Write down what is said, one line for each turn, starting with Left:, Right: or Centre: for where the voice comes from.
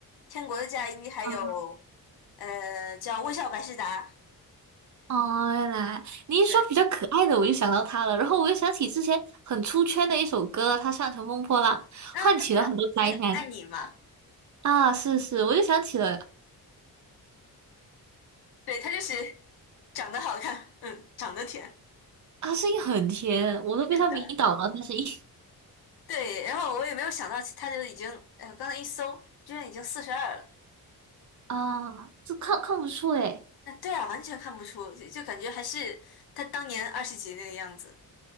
Left: 《天国的嫁衣》，还有呃叫《微笑百事达》。
Right: 啊，哦，原来你一说比较可爱的，
Left: 对，
Right: 我就想到他了，然后我又想起之前很出圈的一首歌，他唱成乘风破浪》，
Left: 嗯，
Right: 唤起了很多灾难。
Left: 他那个那个爱你嘛，
Right: 啊，是是，我就想起了。
Left: 对，他就是长得好看，嗯，长得甜，
Right: 啊，声音很甜，我都被他迷倒了。
Left: 是的，
Right: 他声音
Left: 对。然后我也没有想到他就已经，呃，刚才一搜，居然已经四十二了。
Right: <laughs> 啊，这看看不出诶。
Left: 嗯，对啊，完全看不出，就就感觉还是他当年二十几那个样子。